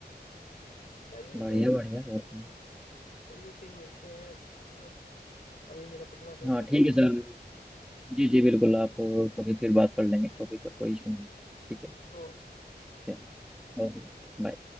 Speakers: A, on the left (about 50°); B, in the centre.
A: जी चलिए
B: बढ़िया
A: फिर
B: बढ़िया बहुत बढ़िया
A: हाँ, चलिए फिर मिलते हैं अब है ना अभी मेरे को थोड़ा कहीं
B: हाँ
A: जाना
B: ठीक
A: होगा
B: है सर जी
A: जी
B: जी बिल्कुल आप कभी फिर बात कर लेंगे इस टॉपिक पर कोई इशू नहीं
A: जी
B: है। ठीक है
A: ओ
B: चलो ओके बाय